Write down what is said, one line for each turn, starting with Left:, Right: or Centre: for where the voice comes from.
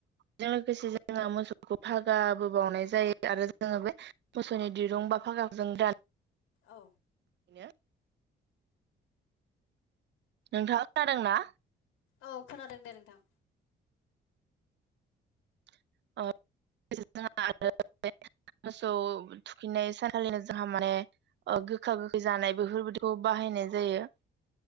Right: बेजों लोगोसे जोङो मोसौखौ फागाबो बावनाय जायो आरो जोङो बे मोसौनि दिरुं बा फागा जों दान
Left: औ
Right: बिनो नोंथाङा खोनादोंना
Left: औ खोनादों दे नोंथां
Right: <unintelligible> मोसौ थुखैनाय सानखालिनो जोंहा माने ओ गोखा गोखै जानाय बेफोरबायदिखौ बाहायनाय जायो